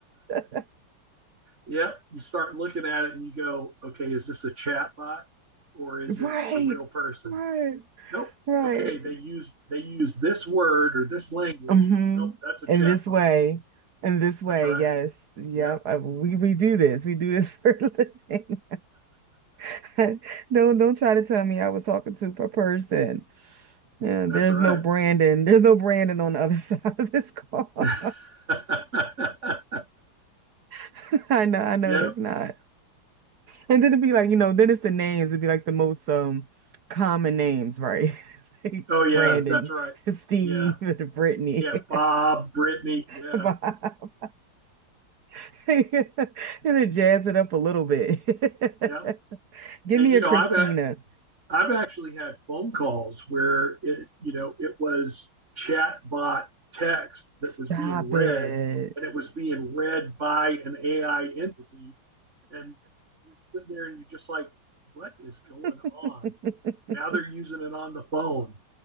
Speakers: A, on the right (about 50°); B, on the right (about 30°).
A: <laughs>
B: yeah <laughs> you start looking at it and you go okay is this a chat bot or is
A: Right,
B: it a real person
A: right,
B: nope
A: right.
B: okay they use they use this word or this language
A: hmm
B: nope that's a
A: In
B: chat
A: this
B: bot
A: way, in this way,
B: That's right.
A: yes, yep.
B: Yeah.
A: I- we we do this. We do this <laughs> for a living. <laughs> Don't don't try to tell me I was talking to a person. Yeah,
B: <laughs> that's
A: there's
B: right.
A: no Brandon. There's no Brandon on the other <laughs> side of this call.
B: <laughs>
A: <laughs> I know, I know
B: yeah.
A: it's not. And then it'd be like, you know, then it's the names. It'd be like the most um common names, right? <laughs> Like
B: Oh, yeah.
A: Brandon,
B: That's right.
A: Steve,
B: Yeah.
A: <laughs> Brittany,
B: Yeah. Bob, Brittany.
A: <laughs>
B: Yeah.
A: Bob. <laughs> And then jazz it up a little bit.
B: Yeah.
A: <laughs> Give
B: And,
A: me
B: you
A: a
B: know,
A: Christina.
B: I've, ac- I've actually had phone calls where it, you know, it was chat bot text that
A: Stop
B: was being read
A: it.
B: and it was being read by an AI entity. And you sit there and you're just like, what is going on?
A: <laughs>
B: Now they're using it on the phone.